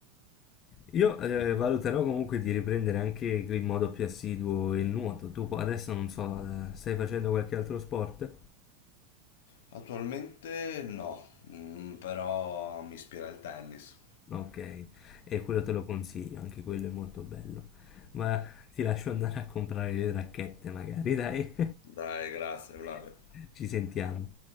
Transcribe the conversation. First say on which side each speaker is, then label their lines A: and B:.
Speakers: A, on the left; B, on the left.
A: Io eh, valuterò comunque di riprendere anche in modo più assiduo il nuoto. Tu po- adesso non so, eh, stai facendo qualche altro sport?
B: Attualmente no, mm, però mi ispira il tennis.
A: Ok, e quello te lo consiglio, anche quello è molto bello. Ma ti lascio andare a comprare le racchette magari, dai.
B: Dai, grazie Flavio.
A: <laughs> Ci sentiamo.